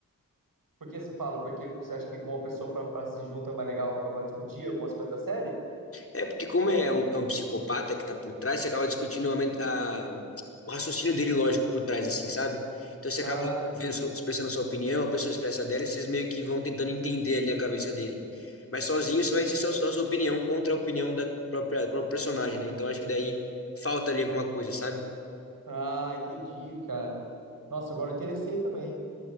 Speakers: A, on the right; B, on the left.
A: por que você fala? Porque você acha que com uma pessoa pra, pra se junta é mais legal pra pra discutir algumas coisas da série?
B: É porque como é um, é um psicopata que tá por trás, você acaba discutindo a, men- a- o raciocínio dele lógico por trás assim, sabe? Então você
A: Ah,
B: acaba
A: entendi.
B: vendo, sua- expressando a sua opinião, a pessoa expressa a dela e vocês meio que vão tentando entender ali a cabeça dele. Mas sozinho você vai ser só, só a sua opinião contra a opinião da própria, do próprio personagem, né? Então acho que daí falta ali alguma coisa, sabe?
A: Ah, entendi, cara. Nossa, agora eu interessei também.